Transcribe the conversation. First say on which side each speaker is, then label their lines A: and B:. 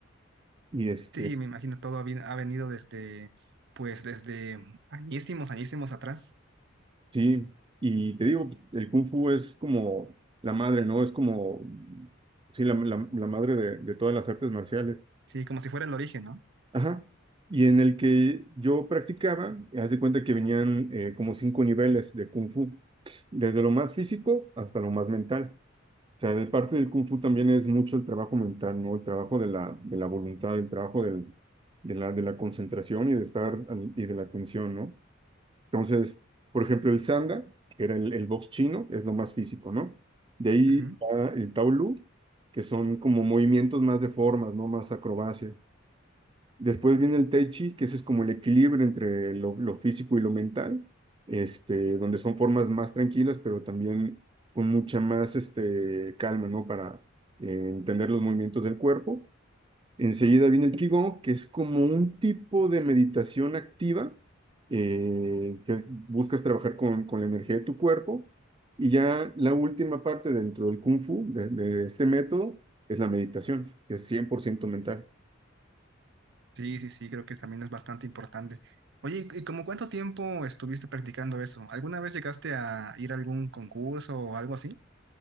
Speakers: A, on the right (about 25°); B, on the right (about 60°).
A: Y este,
B: Sí, me imagino todo ha, vi- ha venido desde, pues desde añísimos, añísimos atrás.
A: sí, y te digo, el Kung Fu es como la madre, ¿no? Es como, sí, la, la- la madre de, de todas las artes marciales.
B: Sí, como si fuera el origen, ¿no?
A: Ajá. Y en el que yo practicaba, haz de cuenta que venían eh, como cinco niveles de kung fu, desde lo más físico hasta lo más mental. O sea, de parte del kung fu también es mucho el trabajo mental, ¿no? El trabajo de la, de la voluntad, el trabajo del, de la, de la concentración y de estar al- y de la atención, ¿no? Entonces, por ejemplo, el sanda, que era el, el box chino, es lo más físico, ¿no? De ahí
B: Ujú.
A: va el taolu, que son como movimientos más de formas, ¿no? Más acrobacias. Después viene el Tai Chi, que ese es como el equilibrio entre lo, lo físico y lo mental, este, donde son formas más tranquilas, pero también con mucha más este, calma, ¿no? Para eh, entender los movimientos del cuerpo. Enseguida viene el Qigong, que es como un tipo de meditación activa, eh, que buscas trabajar con, con la energía de tu cuerpo. Y ya la última parte dentro del Kung Fu, de, de este método, es la meditación, que es 100% mental.
B: Sí, sí, sí, creo que también es bastante importante. Oye, ¿y y como cuánto tiempo estuviste practicando eso? ¿Alguna vez llegaste a ir a algún concurso o algo así?